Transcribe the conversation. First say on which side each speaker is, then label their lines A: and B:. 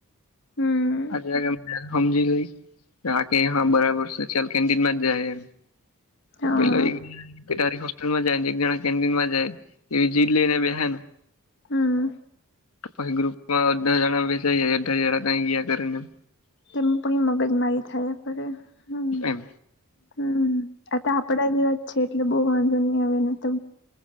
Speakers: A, on the left; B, on the left.
A: હમ
B: <unintelligible> સમજી ગઈ આ બરાબર સ ચાલ કેન્ટીનમાં જાય એમ. તો
A: હા
B: પેલો એકારી હોસ્ટેલમાં જાય ને એક જણા કેન્ટીન માં જાય એવી ચીટ લઈને બેશે ને
A: હમ.
B: તો પછી ગ્રુપમાં અધાઢા જણા જાય અધાઢા હ જણા કઈ ગયા કરે ને
A: તેમ પણ મગજમારી થયા કરે હમ
B: એમ
A: હમ. આ તો આપણા જેવા જ છે એટલે બહુ વાંધો ની આવે એમતો